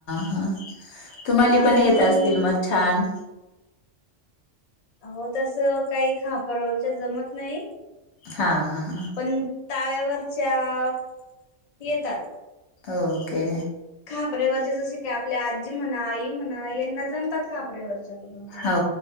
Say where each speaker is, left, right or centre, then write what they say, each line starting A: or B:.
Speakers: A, on the left; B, on the left.
A: हा तुम्हाला
B: आणि
A: पण येत असतील मग छान
B: हो तस काही खापरवरच्या जमत नाही
A: हा हा
B: पण ताव्यावरच्या येतात
A: ओके
B: खापऱ्यावरचे जसे का आपली आजी म्हणा आई म्हणा यांना जमतात खापऱ्यावरच्या पुरण पोळ्या
A: हो